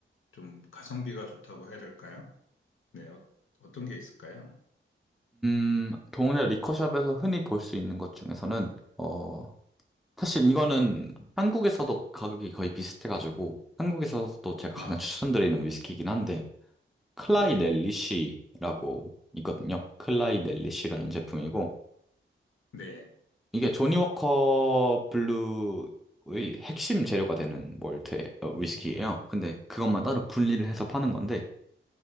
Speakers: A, on the left; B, in the centre.
A: 좀 가성비가 좋다고 해야 될까요? 네. 어, 어떤 게 있을까요?
B: 음, 동네 리커샵에서 흔히 볼 수 있는 것 중에서는, 어, 사실 이거는 한국에서도 가격이 거의 비슷해가지고 한국에서도 제가 가장
A: 아,
B: 추천드리는 위스키이긴 한데 클라이
A: 예.
B: 넬리시라고 있거든요. 클라이 넬리시라는 제품이고
A: 네.
B: 이게 조니 워커 블루의 핵심 재료가 되는 몰트 어, 위스키예요. 근데 그것만 따로 분리를 해서 파는 건데